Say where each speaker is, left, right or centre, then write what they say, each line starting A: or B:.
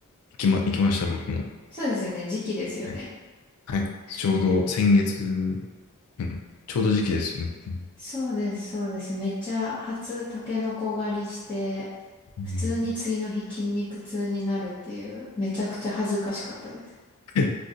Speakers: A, on the left (about 75°); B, on the left (about 20°).
A: きま、行きました、僕も。
B: そうですよね。時期ですよね。
A: はい。はいちょうど先月うんちょうど時期ですよね。うん
B: そうです、そうです。めっちゃ初タケノコ狩りして、
A: うん
B: 普通に次の日筋肉痛になるっていう、めちゃくちゃ恥ずかしかったです。
A: <laughs> だ